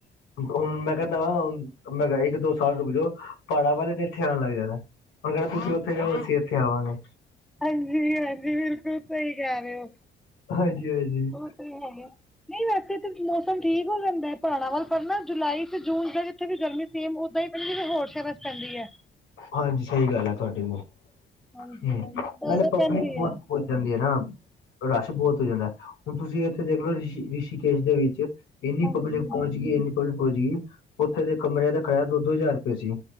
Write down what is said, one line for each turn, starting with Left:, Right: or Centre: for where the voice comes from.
Left: ਹੁਣ ਮੈਂ ਕੈਂਦਾ ਵਾਂ, ਮੈਂ ਕੇਆ ਇੱਕ ਦੋ ਸਾਲ ਰੁਕ ਜੋ ਪਹਾੜਾਂ ਵਾਲੇ ਨੇ ਏਥੇ ਆਨ ਲੱਗ ਜਾਨਾ ਏ। ਓਨੂੰ ਕੋ ਤੁਸੀਂ ਓਥੇ ਜਾਓ ਅਸੀਂ ਐਥੇ ਆਵਾਂਗੇ।
Centre: ਹਾਂਜੀ-ਹਾਂਜੀ ਬਿਲਕੁਲ ਸਈ ਕੈ ਰੇ ਓ।
Left: ਹਾਂਜੀ ਹਾਂਜੀ
Centre: ਓ ਤੇ ਹੈਈ ਐ, ਨਈ ਵੈਸੇ ਤੇ ਮੌਸਮ ਠੀਕ ਹੋ ਜਾਂਦਾ ਐ, ਪਹਾੜਾ ਵੱਲ ਪਰ ਨਾ ਜੁਲਾਈ ਤੇ ਜੂਨ ਦਾ ਜਿੱਥੇ ਵੀ ਗਰਮੀ ਸੇਮ ਓਦਾਂ ਈ ਪੈਂਦੀ ਹੋਰ ਜਗਾ ਪੈਂ ਐ।
Left: ਹਾਂਜੀ ਸਈ ਗੱਲ ਐ ਤੁਹਾਡੀ ਵੀ, ਹੂੰ
Centre: ਹਾਂਜੀ, ਸਾਰੇ
Left: ਨਾਲੇ ਪਬਲਿਕ
Centre: ਕਹਿੰਦੇ
Left: ਬੋਤ
Centre: ਹੈ,
Left: ਜਾਂਦੀ ਐ ਨਾ, ਰਾਸ਼ ਬੋਤ ਹੋ ਜਾਂਦੈ ਹੁਨ ਤੁਸੀਂ ਏਥੇ ਦੇਖ ਲੋ ਰਿਸ਼ੀ, ਰਿਸ਼ੀਕੇਸ਼ ਦੇ ਵਿੱਚ ਏਨੀ
Centre: ਹਾਂਜੀ
Left: ਪਬਲਿਕ ਪੋਹੰਚ ਗਈ ਏਨੀ ਪਬਲੀਕ ਪੋਹੰਚ ਗਈ, ਓਥੇ ਦੇ ਕਮਰੇਆਂ ਦਾ ਕਰਾਏਆ ਦੋ-ਦੋ ਹਜਾਰ ਰਪੈ ਸੀ।